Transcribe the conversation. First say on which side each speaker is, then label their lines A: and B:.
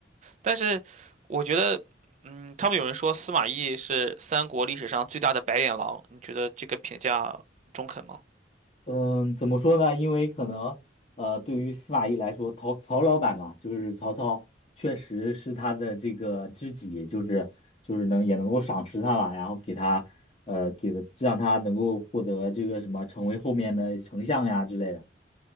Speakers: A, on the right (about 40°); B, on the left (about 35°).
A: 但是我觉得嗯，他们有人说司马懿是三国历史上最大的白眼狼，你觉得这个评价中肯吗？
B: <laughs> 嗯，怎么说呢？因为可能呃对于司马懿来说，曹曹老板嘛，就是曹操确实是他的这个知己，就是就是能也能够赏识他吧，然后给他呃给的让他能够获得这个什么成为后面的丞相呀之类的。